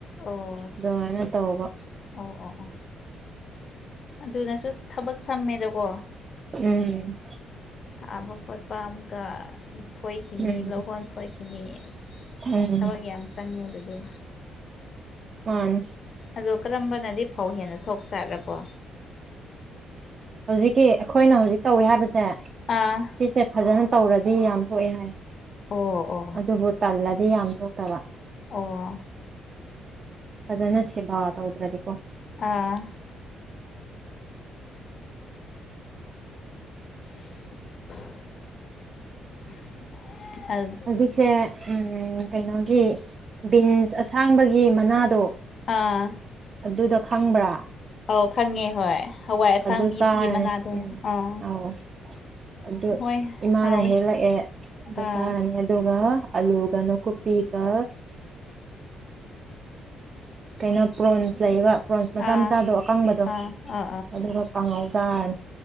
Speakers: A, on the left; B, on the right.
A: ꯑꯣ
B: ꯑꯗꯨꯃꯥꯏꯅ ꯇꯧꯕ
A: ꯑꯣ ꯑꯣ ꯑꯣ ꯑꯗꯨꯅꯁꯨ ꯊꯕꯛ ꯁꯝꯃꯦꯗꯀꯣ
B: ꯎꯝ
A: ꯊꯥꯕ ꯈꯣꯠꯄ ꯑꯃꯒ ꯐꯣꯏꯈꯤꯅꯤ
B: ꯎꯝ
A: ꯂꯧꯍꯣꯟ ꯐꯣꯏꯈꯤꯅꯤ ꯑꯁ
B: ꯎꯝ
A: ꯊꯕꯛ ꯌꯥꯝ ꯆꯪꯉꯦ ꯑꯗꯨꯗꯤ
B: ꯎꯝ
A: ꯑꯗꯣ ꯀꯔꯝꯕꯅꯗꯤ ꯐꯧ ꯍꯦꯟꯅ ꯊꯣꯛ ꯆꯥꯔꯀꯣ
B: ꯍꯧꯖꯤꯛꯀꯤ ꯑꯩꯈꯣꯏꯅ ꯍꯧꯖꯤꯛ ꯇꯧꯏꯤ ꯍꯥꯏꯕꯁꯦ
A: ꯑꯥ
B: ꯁꯤꯁꯦ ꯐꯖꯅ ꯇꯧꯔꯗꯤ ꯌꯥꯝ ꯊꯣꯛꯑꯦ ꯍꯥꯏ
A: ꯑꯣ ꯑꯣ
B: ꯑꯗꯨꯕꯨ ꯇꯜꯂꯗꯤ ꯌꯥꯝ ꯊꯣꯛꯇꯕ
A: ꯑꯣ
B: ꯐꯖꯅ ꯁꯦꯕꯥ ꯇꯧꯗ꯭ꯔꯗꯤꯀꯣ
A: ꯑꯥ <inaudible>
B: ꯍꯧꯖꯤꯛꯁꯦ ꯀꯩꯅꯣꯒꯤ ꯕꯤꯟꯁ ꯑꯁꯥꯡꯕꯒꯤ ꯃꯅꯥꯗꯣ
A: ꯑꯥ
B: ꯑꯗꯨꯗ ꯈꯪꯕ꯭ꯔꯥ
A: ꯑꯧ ꯈꯪꯉꯦ ꯍꯣꯏ ꯍꯋꯥꯏ ꯑꯁꯥꯡꯕꯤꯒꯤ
B: ꯑꯗꯨ ꯆꯥꯔꯅꯤ
A: ꯃꯅꯥꯗꯣ
B: ꯎꯝ
A: ꯑꯥ
B: ꯑꯧ ꯑꯗꯨ
A: ꯍꯣꯏ
B: ꯏꯃꯥꯅ
A: ꯍꯥꯎꯋꯦ
B: ꯍꯦꯛꯂꯛꯑꯦ ꯑꯗꯨ
A: ꯑꯥ
B: ꯆꯥꯔꯅꯤ ꯑꯗꯨꯒ ꯑꯜꯂꯨꯒ ꯅꯀꯨꯞꯄꯤꯒ ꯀꯩꯅꯣ ꯄ꯭ꯔꯣꯟꯁ ꯂꯩꯕ ꯄ꯭ꯔꯣꯟꯁ ꯃꯆꯥ
A: ꯑꯥ
B: ꯃꯆꯥꯗꯣ ꯑꯀꯪꯕꯗꯣ
A: ꯑꯥ ꯑꯥ
B: ꯑꯗꯨꯒ ꯀꯪꯉꯥꯏ ꯆꯥꯔꯥꯅꯤ